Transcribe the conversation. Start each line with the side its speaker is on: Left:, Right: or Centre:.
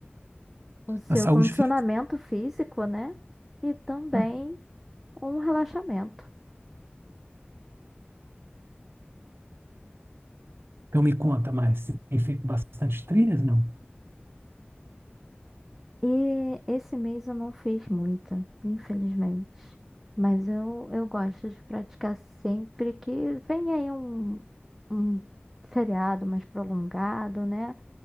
Centre: o seu
Right: A saúde
Centre: condicionamento
Right: física.
Centre: físico, né? E também
Right: Uhum.
Centre: Um relaxamento.
Right: Então me conta mais, você tem feito bastante trilhas, não?
Centre: E esse mês eu não fiz muita, infelizmente. Mas eu, eu gosto de praticar sempre que vem aí um, um feriado mais prolongado, né?